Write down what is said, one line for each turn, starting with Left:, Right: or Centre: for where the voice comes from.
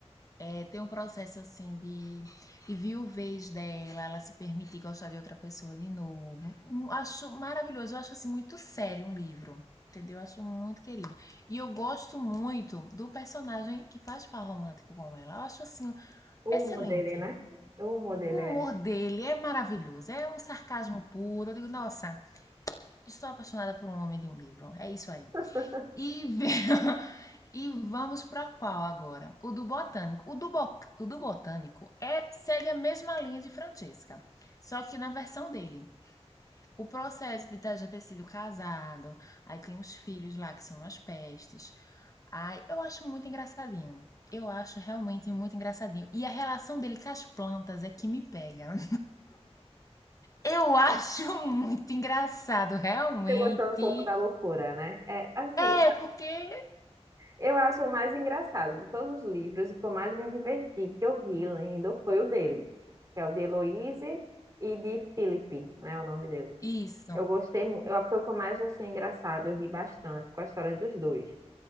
Left: É, tem um processo assim de, de viuvez dela, ela se permitir gostar de outra pessoa de novo. Um- Acho maravilhoso, eu acho assim muito sério um livro. Entendeu? Eu acho muito querido. E eu gosto muito do personagem que faz par romântico com ela. Eu acho assim
Right: O
Left: excelente.
Right: humor dele, né? O humor dele
Left: O humor
Right: é.
Left: dele é maravilhoso, é um sarcasmo puro. Eu digo, nossa, estou apaixonada por um homem de um livro. É isso aí.
Right: <laughs>
Left: E, ve- <laughs> e vamos para qual agora? O do Botânico. O do, Bo- o do Botânico é segue a mesma linha de Francesca, só que na versão dele. O processo de ter- já ter sido casado, aí tem os filhos lá que são umas pestes. Ai, eu acho muito engraçadinho. Eu acho realmente muito engraçadinho. E a relação dele com as plantas é que me pega. Eu <laughs> acho muito engraçado, realmente.
Right: Você gostou um pouco da loucura, né? É, assim,
Left: É, porque
Right: Eu acho o mais engraçado de todos os livros, o que eu mais me diverti, que eu ri lendo, foi o dele, que é o de Heloise e de Felipe, né, o nome dele.
Left: isso.
Right: Eu gostei, mu- eu, foi o que eu mais achei engraçado, eu ri bastante com a história dos dois.